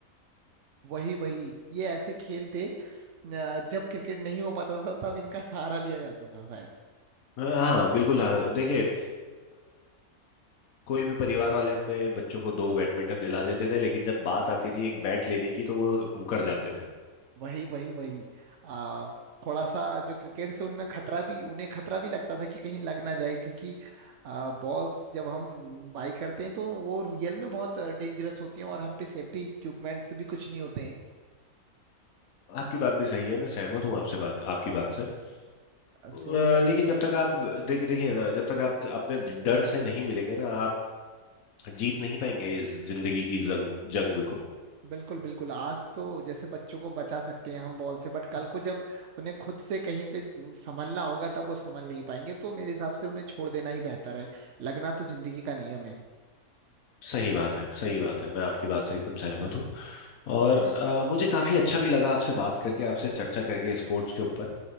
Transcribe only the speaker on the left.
हाँ बिल्कुल हाँ देखिए अ, कोई भी परिवार वाले अपने बच्चों को दो बैडमिंटन दिला देते थे लेकिन जब बात आती थी एक बैट लेने की तो वो मुकर जाते थे
आपकी बात भी सही है मैं सहमत हूँ आपसे बात आपकी बात से
अ,
लेकिन जब तक आप देखिए देखिए ना जब तक आप अपने डर से नहीं मिलेंगे ना आप जीत नहीं पाएंगे इस जिंदगी की जंग जंग को
सही बात है सही बात है मैं आपकी बात से एकदम सहमत हूँ और अ, मुझे काफ़ी अच्छा भी लगा आपसे बात करके आपसे चर्चा करके स्पोर्ट्स के ऊपर